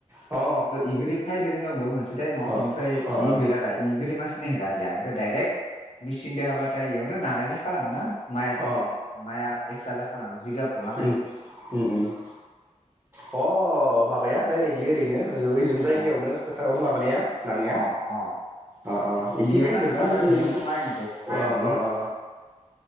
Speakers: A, on the right; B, on the left.
A: अ
B: इगदि फैदो जों <unintelligible> मोनसे बे टाइमाव
A: अ
B: इनिफ्राय
A: अ
B: इ गैलालाय इ गोदो मानसि गारलियाफ्राय ओमफ्राय दडायरेक्ट मिसिनजों हाबाथाय इयावनो नानाय जाखलाङो ना माइ-माइआ
A: अ
B: एक्सट्रा जाखालाङो जिगाब गलांखायो
A: ओम ओम ओम अ माबाया डाइरेक्टलि ओरैनो ओलौ ओइजों जायगायावनो
B: अ
A: फोथारावनो माबानाया नानाया
B: अ अ
A: ओ ओ इदि
B: बेयावनो
A: फैगोनदां
B: हाखाबाय
A: जोंनि
B: बेयावनो माइ ग गखाबायलै
A: ओ ओ ओ